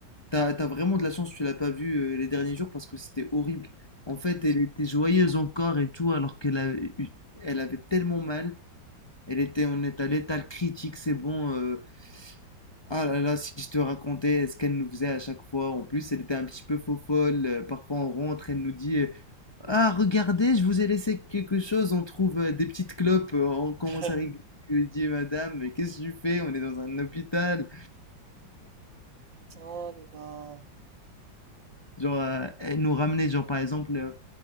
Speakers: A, on the left; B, on the right.
A: T'as, t'as vraiment de la chance, que tu l'as pas vue euh, les derniers jours parce que c'était horrible. En fait, elle était joyeuse encore et tout, alors qu'elle a eu- elle avait tellement mal. Elle était, on est à l'étal critique, c'est bon. euh, ah là là, si je te racontais ce qu'elle nous faisait à chaque fois. En plus, elle était un petit peu faux folle. euh, parfois, on rentre, elle nous dit euh, Ah, regardez, je vous ai laissé quelque chose. On trouve euh, des petites clopes. euh, on commence
B: <laughs>
A: à rigoler. Je lui dis Madame, mais qu'est-ce que tu fais? On est dans un hôpital.
B: Oh là là.
A: Genre, euh, elle nous ramenait, genre par exemple, euh,